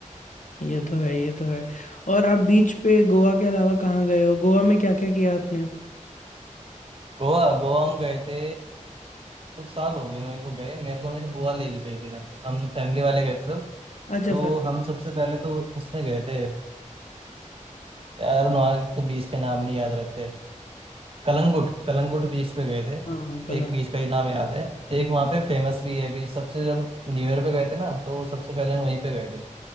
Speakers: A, on the left; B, on the right.
A: ये तो है ये तो है और आप बीच पे गोवा के अलावा कहाँ गए हो गोवा में क्या क्या किया आपने
B: गोवा गोवा हम गए थे कुछ साल हो गए मेरे को गए मेरे को मेरी बुआ लेके गई थी ना हम फैमिली वाले गए थे सब
A: अच्छा
B: तो
A: फैमिली
B: हम सबसे पहले तो उसमें गए थे यार नॉर्थ तो बीच के नाम नहीं याद रहते कलंगुट कलंगुट बीच पे गए थे
A: हाँ कल
B: एक बीच का ही नाम याद है एक वहाँ पे फेमस भी है बीच सबसे जब न्यू ईयर पे गए थे ना तो सबसे पहले हम वहीं पे गए